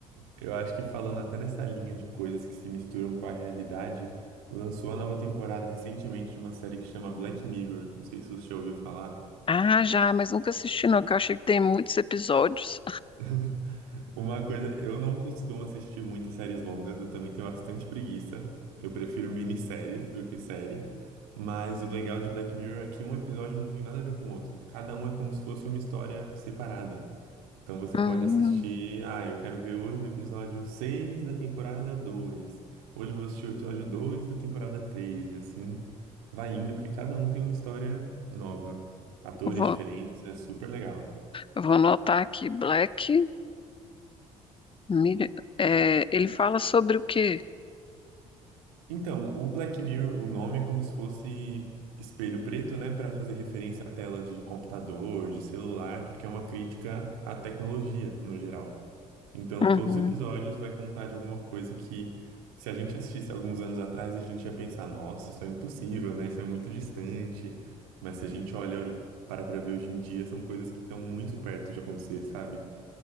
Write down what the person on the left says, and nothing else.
Ah, já, mas nunca assisti não, que eu achei que tem muitos episódios.
Hum,
vou,
eu vou anotar aqui, Black Mirror. É, ele fala sobre o quê?
Uhum.